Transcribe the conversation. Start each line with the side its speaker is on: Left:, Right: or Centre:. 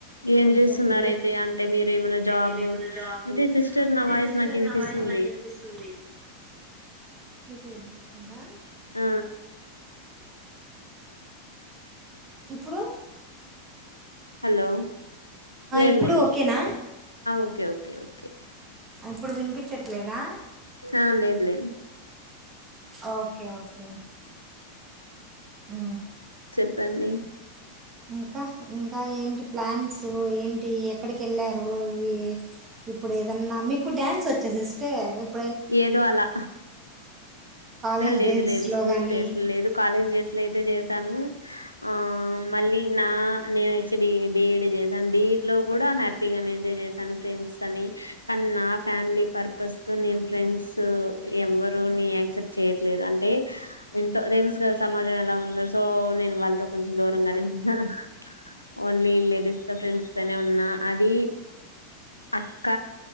Left: ఏం
Right: అంటే
Left: చేస్తున్నారయితే అంటే మీరు ఏమైనా జాబ్
Right: మీ ఏ జా
Left: అంటే సిస్టర్
Right: అంటే
Left: నా వాయిస్
Right: సిస్టర్
Left: నాకు వినిపిస్తుంది
Right: నాయి నాకునిపిస్తుంది వినిపికుందా
Left: ఆ
Right: ప్పుడు
Left: హలో లేండి
Right: ఇప్పుడు
Left: లేండిడి
Right: ఓకేనా
Left: ఓకే ఓకే ఓకే ఓకే
Right: ఇప్పుడు వినిపించట్లేదా
Left: ఆ లేదు లేదు
Right: ఓకే ఓకే ఓకే ఉ
Left: చెప్పండి
Right: ఇంకా ఇంకా ఏంటి ప్లాన్స్ ఏంటి ఎక్కడికి యెళ్ళారు ఇవి ఇప్పుడు ఏదన్నా మీకు డ్యాన్స్ వచ్చా సిస్టర్ రేపు
Left: ఏదో అలా
Right: కాలేజ్
Left: లేదు
Right: డేస్లో
Left: లేదు స్కూల్
Right: కానీ
Left: డ్రస్లు లేదు కాలేజ్ డ్రెస్లు అయితే చేస్త తను ఆ మళ్ళీ నా నేను వచ్చి డిఈడ్ డిఈడి చేశాను. డీఈడ్ లో కూడా హ్యాపీగా ఎంజాయ్ చేశాను ఫ్రెండ్స్ అని కానీ నా ఫ్యామిలీ పర్పస్ తో నేను ఫ్రెండ్స్ ఎవ్వరు ను యాక్సెప్ట్ చేయట్లేదు. అంటే ఎంతో తేల్స్గా సమాజం ఎలా ఉందో సో నేను వాళ్ళతో కొంచెం దూరంగానే వుంటున్నాను. ఓన్లీ లేడీస్ ద ఫ్రెండ్స్ తోనే ఉన్నా అది అక్క